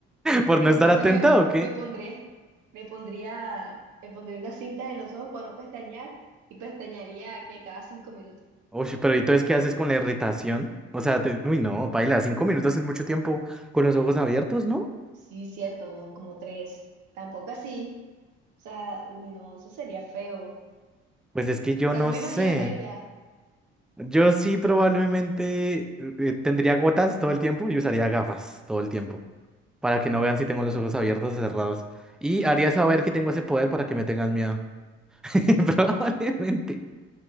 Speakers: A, in the centre; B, on the right.
A: ¿Por no
B: Entonces
A: estar atenta
B: me,
A: o qué?
B: me pondré, me pondría, me pondría unas cintas en los ojos para no pestañear y pestañaría que cada cinco minutos.
A: Uy, pero ¿y entonces qué haces con la irritación? O sea, te- uy, no, paila, cinco minutos es mucho tiempo con los ojos abiertos, ¿no?
B: Sí, cierto, ¿no? Como tres. Tampoco así. O sea, uy, no, eso sería feo. O
A: Pues es que yo
B: sea,
A: no
B: no me
A: sé.
B: imagino que haría.
A: Yo sí probablemente eh, tendría gotas todo el tiempo y usaría gafas todo el tiempo para que no vean si tengo los ojos abiertos o cerrados. Y haría saber que tengo ese poder para que me tengan miedo. <laughs> Probablemente.